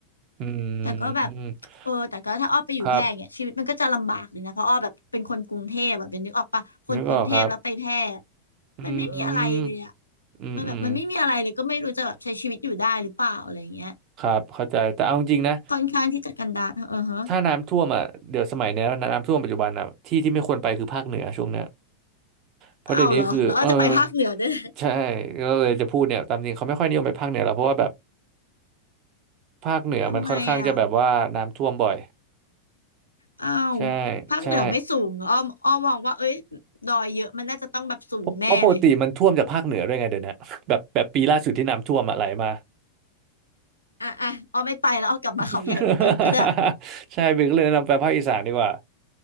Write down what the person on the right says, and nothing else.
อื
ม
ครับนึกออกครับอื
มอืมอืม
ครับเข้าใจแต่เอาจริงนะ
ถ้าน้ำท่วมอ่ะเดี๋ยวสมัยเนี้ยน้ำท่วมปัจจุบันอ่ะที่ที่ไม่ควรไปคือภาคเหนือช่วงเนี้ยเพราะเดี๋ยวนี้คือเออ
ใช่ก็เลยจะพูดเนี่ยตามจริงเขาไม่ค่อยนิยมไปภาคเหนือล้วเพราะว่าแบบภาคเหนือมันค่อนข้างจะแบบว่าน้ำท่วมบ่อย
ใช่
ใช่
เพราะเพราะปกติมันท่วมจากภาคเหนือด้วยไงเดี๋ยวเนี้ยแบบแบบปีล่าสุดที่น้ำท่วมอ่ะไหลมา
<laughs> ใช่เบนก็เลยแนะนำไปภาคอีสานดีกว่า